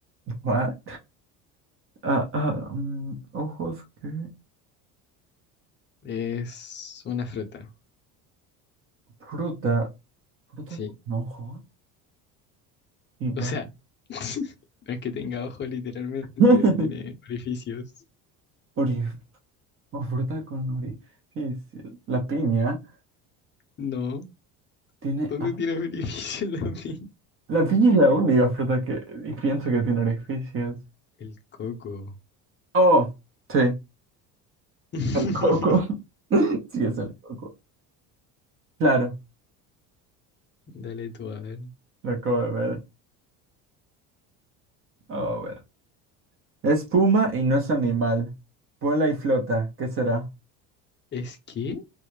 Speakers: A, on the right; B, on the left.
A: What? Ah, ah, mm, ojos, ¿qué?
B: Es una fruta,
A: Fruta. Fruta
B: sí.
A: con ojos y barba.
B: O sea, <laughs> no es que tenga ojos literalmente,
A: <laughs>
B: tiene orificios.
A: Ori- o fruta con orificio. La piña
B: No,
A: tiene
B: ¿dónde tiene orificios <laughs> la pi?
A: La piña es la única fruta que y pienso que tiene orificios.
B: El coco.
A: Oh, sí, el
B: <laughs>
A: coco. <laughs> Sí, es el coco. Claro,
B: Dale tú a ver.
A: lo acabo de ver. Oh, A ver. Es puma y no es animal. Vuela y flota, ¿qué será?
B: ¿Es que?